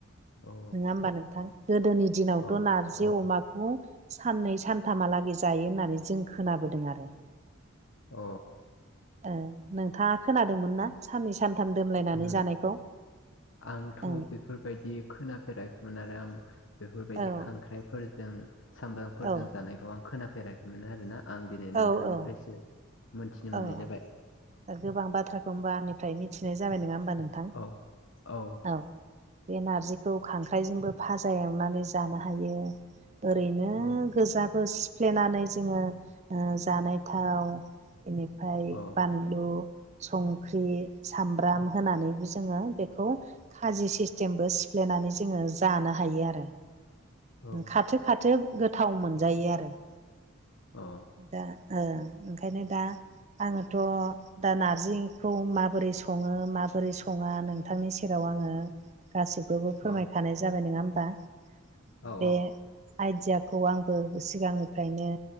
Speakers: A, on the left; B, on the right.
A: औ
B: नोङा होमबा नोंथां गोदोनि दिनावथ'
A: औ
B: नार जि अमाखौ साननै सानथामालागै जायो होननानै जों खोनाबोदों आरो।
A: अ
B: ओ नोंथाङा खोनादोंमोन ना साननै सानथाम दोनलायनानै
A: आं
B: जानायखौ?
A: आंथ'
B: ओं
A: बेफोरबायदि खोनाफेराखैमोन आरो आं बेफोरबायदि
B: औ
A: खांख्राइफोरजों सामब्रामफोरजों
B: औ
A: जानायखौ आं खोनाफेराखैमोन आरोना आं दिनै
B: औ
A: नोंथांनिफ्रायसो
B: औ
A: मोनथिनो मोननाय
B: औ
A: जाबाय
B: गोबां बाथ्राखौ होमबा आंनिफ्राय मिथिनाय जाबाय नोङा होमबा नोंथां?
A: औ औ।
B: औ बे नारजिखौ खांख्राइजोंबो भाजा एवनानै जानो हायो ओरैनो
A: औ।
B: गोजाबो सिफ्लेनानै जोङो ओ जानाय थाव बिनिफाय
A: औ
B: बान लु, संख्रि, सामब्राम होनानैबो जोङो बेखौ खाजि सिस्टेमबो सिफ्लेनानै जोङो जानो हायो आरो।
A: औ
B: खाथो खाथो गोथाव मोनजायो आरो।
A: अ।
B: दा ओ ओंखायनो दा आङोथ' दा नारजिखौ माबोरै सङो माबोरै सङा नोंथांनि सेराव आङो गासिखोबो फोरमायखानाय
A: औ
B: जाबाय नोङा होमबा
A: औ
B: बे आइदियाखौ आंबो सिगांनिफ्रायनो